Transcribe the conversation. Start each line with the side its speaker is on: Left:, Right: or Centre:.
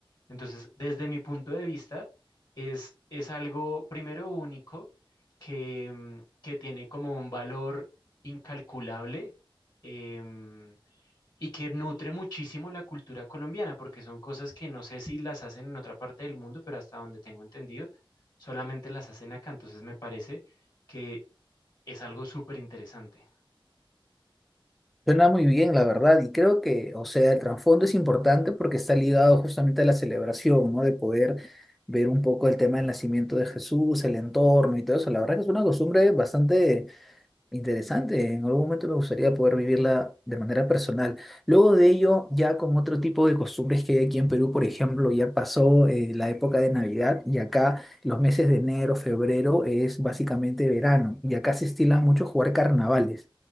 Left: Entonces, desde mi punto de vista, es, es algo primero único que, mm, que tiene como un valor incalculable em, y que nutre muchísimo la cultura colombiana, porque son cosas que no sé si las hacen en otra parte del mundo, pero hasta donde tengo entendido, solamente las hacen acá. Entonces, me parece que es algo súper interesante.
Centre: Suena muy bien, la verdad, y creo que, o sea, el trasfondo es importante porque está ligado justamente a la celebración, ¿no? De poder ver un poco el tema del nacimiento de Jesús, el entorno y todo eso. La verdad que es una costumbre bastante Interesante, en algún momento me gustaría poder vivirla de manera personal. Luego de ello, ya con otro tipo de costumbres que hay aquí en Perú, por ejemplo, ya pasó eh, la época de Navidad y acá los meses de enero, febrero es básicamente verano y acá se estila mucho jugar carnavales.